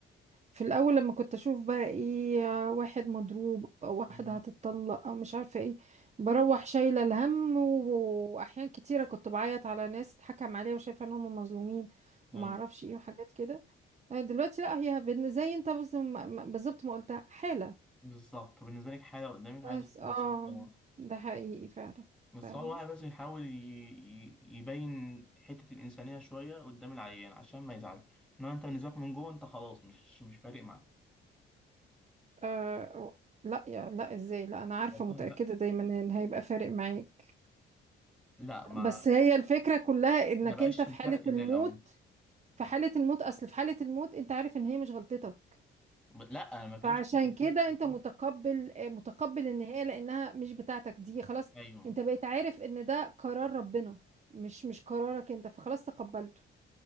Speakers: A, on the right (about 35°); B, in the centre.
A: في الاول لما كنت اشوف بقى ايه آه، واحد مضروب او واحدة
B: مم.
A: هتتطلق او مش عارفة ايه بروح شايلة الهم و- واحيان كتيرة كنت بعيط على ناس اتحكم عليها وشايفة ان هم مظلومين وما
B: ايوه
A: اعرفش ايه وحاجات كده آه، دلوقتي لا هي بن- زي انت بز- ما- ما- بالظبط ما قلتها حالة
B: بالظبط بالنسبه لك حاله قدامك عايزه
A: بس
B: تخلصيها
A: اه
B: خلاص
A: ده حقيقي فعلا
B: بس
A: فعلا
B: هو الواحد بس يحاول ي- ي- يبين حتة الإنسانية شوية قدام العيان عشان ما يزعل إنما أنت بالنسبة لك من جوه أنت خلاص مش مش فارق معاه
A: آه و- لا يا لا ازاي لا انا عارفة
B: والله
A: متأكدة
B: لا
A: دايما ان هيبقى فارق معاك
B: لا ما
A: بس هي الفكرة كلها انك
B: ما بقاش
A: انت في
B: الفرق
A: حالة
B: زي
A: الموت
B: الأول
A: في حالة الموت أصل في حالة الموت أنت عارف إن هي مش غلطتك
B: ب- لا ما كانش
A: فعشان
B: في تأثير
A: كده
B: بالظبط
A: أنت متقبل آه، متقبل النهاية لأنها مش بتاعتك دي خلاص
B: أيوه
A: أنت بقيت عارف إن ده قرار ربنا مش مش قرارك أنت فخلاص تقبلته